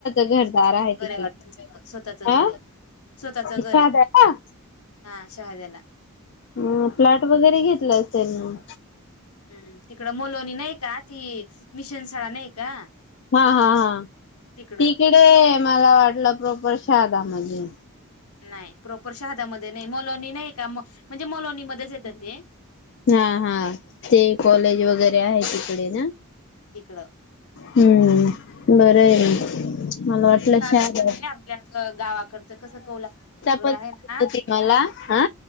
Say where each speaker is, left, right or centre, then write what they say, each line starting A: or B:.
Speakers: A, on the left; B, on the left.
A: नाही
B: घरदार
A: स्वतः
B: आहे
A: बरे
B: तिकडे
A: वाटल.. स्वतःच घर
B: हा
A: हे स्वतःच घर
B: साधा
A: हे
B: का
A: हा शहाद्याला...
B: हम प्लॅट वगैरे घेतलं अस त्यांनी...
A: हम्म तिकडं मोलोनी नाही का ती मिशन शाळा नाही का
B: हा हा हा
A: तिकडं
B: तिकडे मला वाटलं प्रॉपर शादा माजे...
A: नाही प्रॉपर शहादा्यामध्ये नाही मलोणी नाही का म्हणजे मलोणीमध्येच येतात ते...
B: हा हा ते कॉलेज वगैरे आहे तिकडे ना...
A: तिकडं
B: हम्म बरं आहे ना... मला वाटलं
A: साधं
B: शाडा
A: घर
B: आहे
A: आपल्या ग- गावाकडचं कसं कौलांच घर
B: पण
A: आहे
B: सांगत
A: ना.
B: होती मला हा